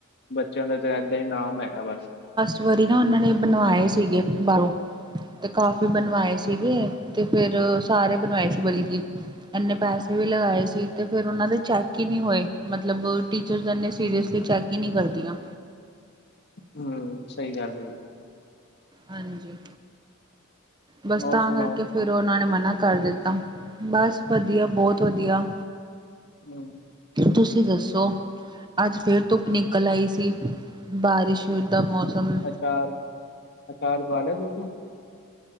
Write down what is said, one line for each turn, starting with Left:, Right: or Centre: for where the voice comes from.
Left: ਬੱਚਿਆਂ ਦਾ ਤੇ ਏਦਾਂ ਹੀ ਨਾਮ ਹੈਗਾ ਬਸ।
Right: ਇੱਕ ਵਾਰੀ ਨਾ ਉਹਨਾਂ ਨੇ ਬਣਵਾਏ ਸੀਗੇ ਬਾਹਰੋਂ। ਤੇ ਕਾਫੀ ਬਣਵਾਏ ਸੀਗੇ ਤੇ, ਫਿਰ ਸਾਰੇ ਬਣਵਾਏ ਸੀ ਬਲਕਿ। ਏਨੇ ਪੈਸੇ ਵੀ ਲਗਾਏ ਸੀ ਤੇ ਫੇਰ ਓਨਾਂ ਦੇ ਚੈੱਕ ਈ ਨੀ ਹੋਏ ਮਤਲਬ ਟੀਚਰਸ ਏਨੇ ਸੀਰੀਅਸਲੀ ਚੈੱਕ ਈ ਨੀ ਕਰਦੀਆਂ।
Left: ਹੂੰ, ਸਈ ਗੱਲ ਏ।
Right: ਹਾਂਜੀ ਬਸ
Left: ਹੋਰ
Right: ਤਾਂ
Left: ਸੁਣਾਓ
Right: ਕਰਕੇ ਫੇਰ ਓਨਾਂ ਨੇ ਮਨਾ ਕਰ ਦਿੱਤਾ, ਬਸ ਵਧੀਆ ਬੌਤ ਵਧੀਆ।
Left: ਹਾਂ
Right: ਤੁਸੀ ਦੱਸੋ? ਅੱਜ ਫੇਰ ਧੁੱਪ ਨਿਕਲ ਆਈ ਸੀ। ਬਾਰਿਸ਼ ਹੋ ਦਾ ਮੌਸਮ
Left: ਚਾਰ ਅਚਾਰ ਪਾ ਲਿਆ ਤੁਸੀ?